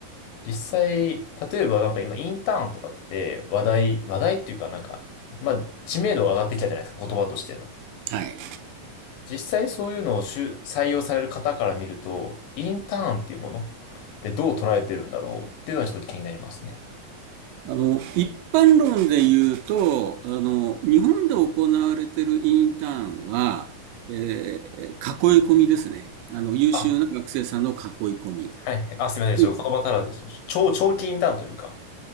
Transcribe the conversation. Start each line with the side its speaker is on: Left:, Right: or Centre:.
Left: 実際、例えばなんか今、インターンとかって話題、話題っていうかなんか、まあ、知名度が上がってきたじゃないですか、言葉としての。
Right: ーはい。
Left: 実際そういうのを就採用される方から見ると、インターンっていうものでどう捉えてるんだろうっていうのはちょっと気になりますね。
Right: あの、一般論で言うと、あの、日本で行われているインターンは、えー囲い込みですね。あの、優秀な学生さんの囲い込み。
Left: あ、はい。あ、すみません。
Right: で
Left: ちょっと言葉足らずですね。長、長期インターンというか、